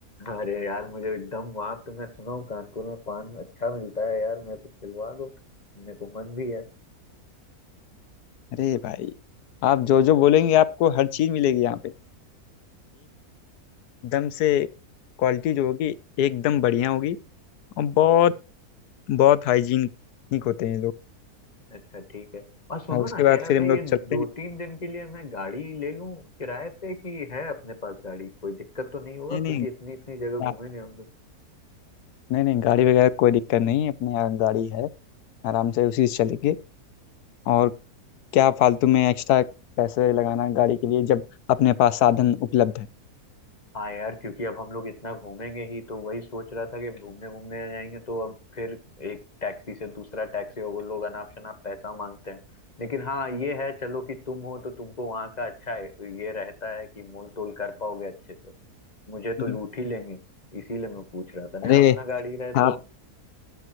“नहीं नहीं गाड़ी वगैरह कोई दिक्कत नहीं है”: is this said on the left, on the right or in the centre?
Left